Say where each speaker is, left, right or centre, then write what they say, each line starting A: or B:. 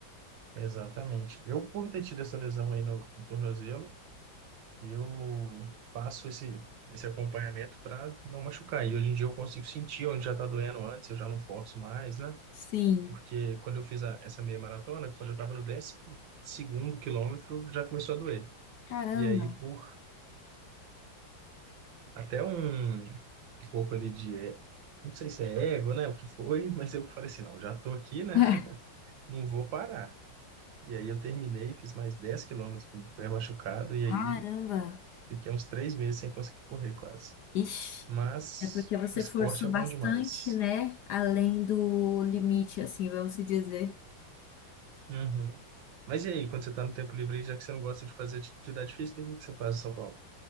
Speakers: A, on the right (about 75°); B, on the left (about 70°).
A: Exatamente. Eu, por ter tido essa lesão aí no, no tornozelo, eu faço esse, esse acompanhamento para não machucar. E hoje em dia eu consigo sentir onde já está doendo antes, eu já não forço mais, né?
B: Sim.
A: Porque quando eu fiz a, essa meia maratona, quando eu estava no décimo segundo quilômetro, já começou a doer.
B: Caramba.
A: E aí, por até um um pouco ali de, é, não sei se é ego, né? O que foi, mas eu falei assim, não, já estou aqui, né?
B: <laughs>
A: Não vou parar. E aí eu terminei, fiz mais 10 quilômetros com o pé machucado, e
B: Caramba!
A: aí Fiquei uns três meses sem conseguir correr quase.
B: Ixi!
A: Mas
B: É porque você
A: esporte
B: forçou
A: é bom
B: bastante,
A: demais.
B: né? Além do limite, assim, vamos se dizer.
A: Uhum. Mas e aí, quando você está no tempo livre, aí, já que você não gosta de fazer atividade física, o que você faz em São Paulo?